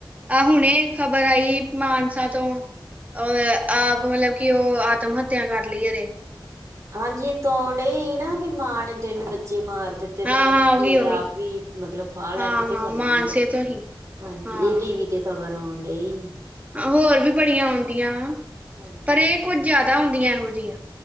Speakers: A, on the right; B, on the right.
A: ਆਹ ਹੁਣੇ ਖ਼ਬਰ ਆਈ ਮਾਨਸਾ ਤੋਂ ਉਹਰ ਆਪ ਮਤਲਬ ਕਿ ਉਹ ਆਤਮ ਹੱਤਿਆ ਕਰ ਲਈਏਦੇ।
B: ਹਾਂਜੀ ਇੱਕ ਆਉਣ ਹੀ ਨਾ ਵੀ ਮਾਂ ਨੇ ਤਿੰਨ ਬੱਚੇ ਮਾਰ ਦਿੱ ਤੇ
A: ਹਾਂ-ਹਾਂ
B: ਮੁੜ ਕੇ
A: ਉਹੀ ਉਹੀ
B: ਆਪ ਹੀ ਮਤਲਬ ਫਾਹ ਲੈ
A: ਹਾਂ-ਹਾਂ
B: ਕੇ ਤੇ ਮਰ
A: ਮਾਨਸੇ
B: ਗਈ ਹੈ
A: ਤੋਂ ਹੀ
B: ਹਾਂਜੀ
A: ਹਾਂ
B: ਇਹ ਟੀ ਵੀ ਤੇ ਖ਼ਬਰ ਆਉਣ ਡਈ ਹੀ।
A: ਹੋਰ ਵੀ ਬੜੀਆਂ ਆਉਂਦੀਆਂ ਵਾਂ
B: ਹਾਂਜੀ
A: ਪਰ ਇਹ ਕੁੱਝ ਜ਼ਿਆਦਾ ਆਉਂਦੀਆਂ ਇਹੋ ਜਿਹੀਆਂ।